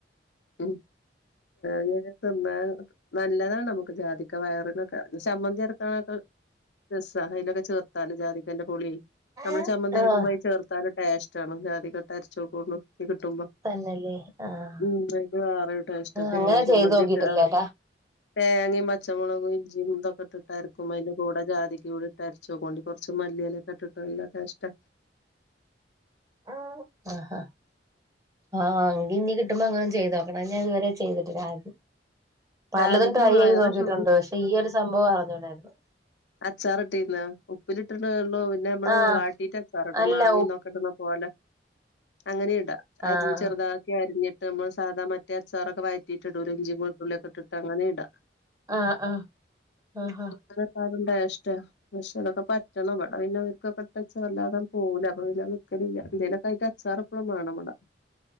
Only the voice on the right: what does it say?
ആഹ്
ആഹ്
തന്നല്ലേ ആഹ്
അങ്ങനെ
ചെയ്ത് നോക്കിട്ടില്ലട്ടാ
ആഹ് ആഹ് ആഹ് ആഹ് ഇന്നി കിട്ടുമ്പോ ഇങ്ങനൊന്ന് ചെയ്ത് നോക്കണം ഞാൻ ഇതുവരെ ചെയ്തിട്ട്ല്ല ആരെതും പലതും
ട്രൈ
ചെയ്ത് നോക്കിയിട്ടുണ്ട്
പക്ഷെ ഈ ഒരു സംഭവം അറിഞ്ഞൂടായിരുന്നു
ആഹ്
അല്ല
ഉ
ആഹ്
ആഹ് ആഹ്
ആഹാ